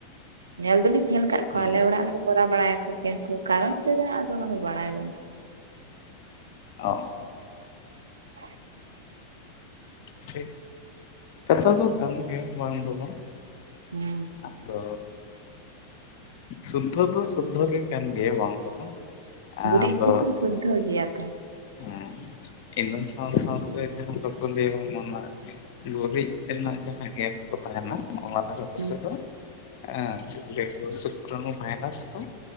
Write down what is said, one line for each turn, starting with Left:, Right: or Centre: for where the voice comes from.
Right: ᱧᱮᱞ ᱫᱩᱞᱤᱧ ᱧᱮᱞ ᱠᱟᱜ ᱠᱚᱣᱟ
Left: ᱦᱩᱸ
Right: ᱟᱞᱮ ᱚᱲᱟᱜ ᱨᱮᱦᱚᱸ ᱠᱚᱨᱟᱣ ᱵᱟᱲᱟᱭᱟ ᱠᱚ ᱾ ᱠᱮᱱᱛᱩ ᱠᱟᱨᱚᱱ ᱪᱮᱜ ᱠᱟᱱᱟ ᱟᱫᱚ ᱚᱱᱟ ᱫᱚ ᱵᱟᱲᱟᱭ ᱵᱟᱹᱱᱩᱜ
Left: ᱚ
Right: <inaudible>
Left: ᱴᱷᱤᱠ ᱠᱟᱛᱷᱟ ᱫᱚ ᱠᱟᱱ ᱜᱮ ᱵᱟᱝ ᱫᱚ ᱵᱟᱝ ᱾
Right: ᱦᱩᱸ ᱾
Left: ᱟᱫᱚ ᱥᱩᱫᱽᱫᱷᱚ ᱫᱚ ᱥᱩᱫᱽᱫᱷᱚ ᱜᱮ ᱠᱟᱱ ᱜᱮᱭᱟ ᱵᱟᱝ ᱫᱚ ᱵᱟᱝ᱾ ᱟᱫᱚ
Right: ᱜᱩᱨᱤᱡ ᱡᱤᱱᱤᱥ ᱫᱚ ᱥᱩᱫᱽᱫᱷᱚ ᱜᱮᱭᱟ ᱛᱚ᱾
Left: ᱦᱮᱸ ᱤᱱᱟᱹ ᱥᱟᱶ ᱥᱟᱶᱛᱮ ᱡᱟᱦᱟᱸ ᱵᱟᱠᱚ ᱞᱟᱹᱭᱟ ᱢᱟᱱᱮ ᱜᱩᱨᱤᱡ ᱛᱮᱱᱟᱜ ᱡᱟᱦᱟᱸ ᱜᱮᱥ ᱠᱚ ᱛᱟᱦᱮᱱᱟ ᱚᱱᱟ ᱫᱷᱟᱨᱮ <unintelligible>
Right: ᱦᱮᱸ
Left: ᱪᱮᱜ ᱠᱚ ᱞᱟᱹᱭᱟ ᱠᱚ ᱥᱩᱠᱨᱟᱱᱩ ᱵᱷᱟᱭᱨᱟᱥ ‌ᱠᱚ᱾